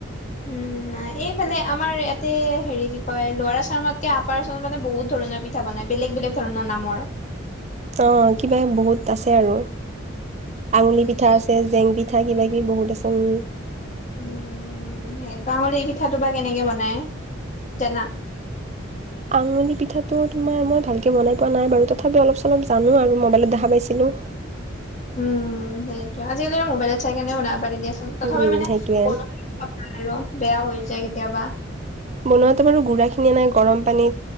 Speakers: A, on the left; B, on the right.
A: উম এইফালে আমাৰ ইয়াতে হেৰি কি কয় লয়াৰআছাম আপাৰআছাম মানে বহুত ধৰ প্ৰণয় পিঠা বনাই বেলেগ বেলেগ ধৰণৰ নামৰ
B: অ কিবা বহুত আছে আৰু। আঙুলি পিঠা আছে, জেং পিঠা কিবা -কিবি বহুত আছে উম।
A: উম। উম সেইটো আঙলি পিঠাটো বা কেনেকে বনাই জানা?
B: আঙনি পিঠাটো তোমাৰ মই ভালকে বনাই পোৱা নাই বাৰু তথাপি অলপ চলপ জানো আৰু মবাইলত দেখা পাইছিলো।
A: উম, সেইটো আজিকালি মোবাইলত চাই কিনে বনাব পাৰি দিয়া তথাপি
B: উম
A: মানে
B: সেইটোয়ে
A: আৰু বেয়া হৈ যায় কেতিয়াবা।
B: বনোৱাতে বাৰু গুড়াখিনি এ নাই গৰম পানী